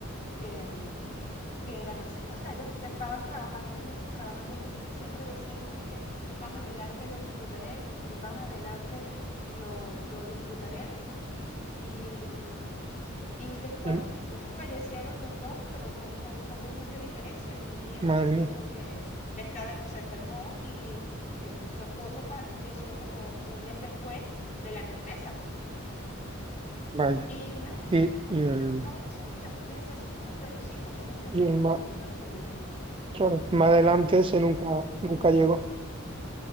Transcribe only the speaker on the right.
el-
madre
mía,
vaya.
Y,
y el,
y
el
más,
claro, más adelante ese nunca, nunca llegó.